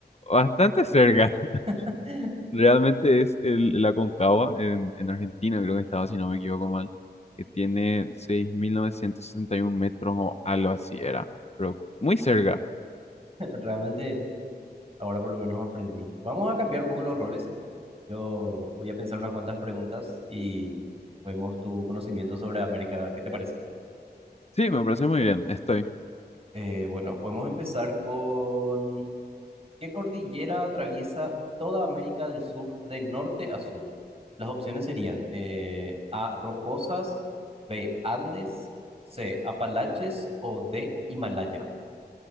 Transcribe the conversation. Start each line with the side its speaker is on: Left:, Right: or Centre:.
Left: bastante cerca. <laughs>
Right: <laughs>
Left: Realmente es el, el Aconcagua en, en Argentina, creo que estaba, si no me equivoco mal, que tiene 6.961 metros o algo así era, pero muy cerca.
Right: realmente ahora por lo menos aprendí. Vamos a cambiar un poco los roles. Yo voy a pensar unas cuantas preguntas y vemos tu conocimiento sobre América. ¿Qué te parece?
Left: Sí, me parece muy bien, estoy.
Right: Eh, bueno, podemos empezar con ¿qué cordillera atraviesa toda América del Sur de norte a sur? Las opciones serían eh, A, Rocosas, B, Andes, C, Apalaches o D, Himalaya.